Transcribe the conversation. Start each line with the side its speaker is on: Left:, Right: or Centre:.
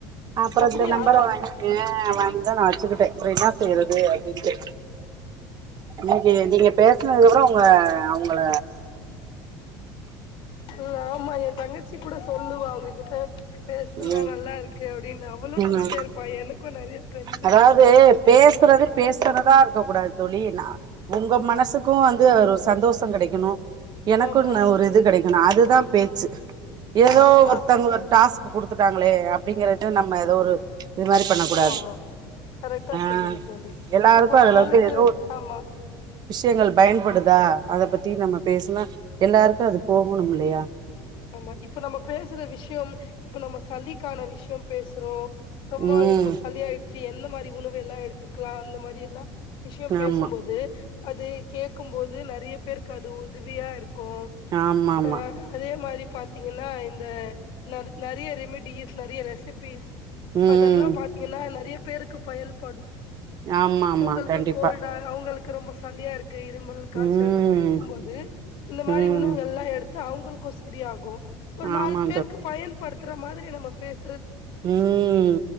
Right: அப்பறம்
Left: அப்டியா
Right: இந்த நம்பர் வாங்கி வாங்க நான் வச்சுக்கிட்டேன் அப்பறம் என்ன செய்யறது அப்படின்னுட்டு இன்க்கி நீங்க பேச னத்துக்கு அப்புறம் உங்க அவங்கள
Left: உம் ஆமா என் தங்கச்சி கூட சொல்லுவா உங் ங்கிட்ட பேசுதுன்னா
Right: ம்
Left: நல்லா இருக்கு அப்படின்னு அவளும் சொல்லிட்டே
Right: ம்
Left: இருப்பா எனக்கும் நெறைய ஃப்ரெண்ட்ஸ்
Right: அதாவது
Left: இருக்காங்க
Right: பேசுறது பேசுறதா இருக்க கூடாது தோழியனா உங்க
Left: ஆமா
Right: மனசுக்கும் வந்து சந்தோஷம் கிடைக்கணும் எனக்கும்ன்னு
Left: ஆமா
Right: நா ஒரு இது கிடைக் அதுதான் பேச்சு ஏதோ
Left: ஆமா
Right: ஒருத்தங்க ஒரு டாஸ்க் குடுத்துட்டாங்களே அப்படிங்கறத நம்ம ஏதோ ஒரு இது மாரி பண்ண கூடாது
Left: ஆமா கரெக்டா
Right: ஆ
Left: சொல்லீங்க தோழி
Right: எல்லாருக்கு
Left: இப்போ
Right: அதுல
Left: நம்மளுக்கு
Right: வந்து ஏதோ ஒரு
Left: ஆமா
Right: விஷயங்கள் பயன் படுதா அத பத்தி நம்ம பேசனா எல்லாருக்கும் அது போகணும் இல்லையா
Left: ஆமா இப்ப நம்ம பேசுற விஷயம் இப்ப நம்ம சல்லிக்கான விஷயம் பேசுறோம் ரொம்ப
Right: ம்
Left: இப்போ சாலியயிடுச் சி எந்த மாரி உணவு எல்லாம் எடுத்துக்கலாம் அந்த மாரி எல்லாம் விஷயம் பேசும்போது
Right: ஆமா
Left: அது கேட்கும் போது நெறய பேருக்கு அது உதவியா இருக் க்கும்
Right: ஆமா ஆமா
Left: அஹ அதே இந்த மாரி பாத்தீங்கன்னா இந்த நற் நறைய ரெமிடிஸ் நெறய ரெசிபிஸ்
Right: ம்
Left: அதெல்லாம் பாத்தீங்கன்னா நெறைய பேருக்கு பயன்படும்
Right: ஆமா ஆமா
Left: அவங்களுக்கு
Right: கண்டிப்பா
Left: கோல்டா அவங்களு க்கு ரொம்ப சாலியா இருக் க்கு இருமல் காய்ச்சல்
Right: ம்
Left: அந்த மாரி இருக்கும் போது இந்த மாரி
Right: ம்
Left: உணவுகள் எல்லாம் எடுத் அவங்களுக்கு ஸ் சரியாகும் ஒரு நாலு
Right: ஆமா
Left: பேருக்கு பயன்படுத் க்ர மாரி நம்ம பேச
Right: உம்